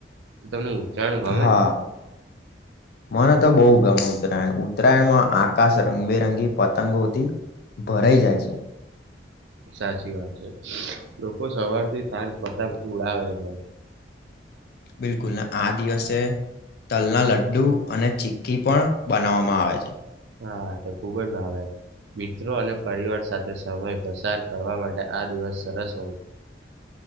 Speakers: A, on the right; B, on the left.
A: તમને ઉત્તરાયણ ગમે
B: હા,
A: છે?
B: મને તો બોવ ગમે ઉત્તરાયણ. ઉત્તરાયણમાં આકાશ રંગબેરંગી પતંગોથી ભરાઈ જાય છે.
A: સાચી વાત છે. લોકો સવારથી સાંજ પતંગ ઉડાવે છે.
B: બિલકુલ ને આ દિવસે તલના લડ્ડુ અને ચિક્કી પણ બનાવામાં આવે છે.
A: હા, તો ખુબ જ ભાવે. મિત્રો અને પરિવાર સાથે સમય પસાર કરવા માટે આ દિવસ સરસ હોય છે.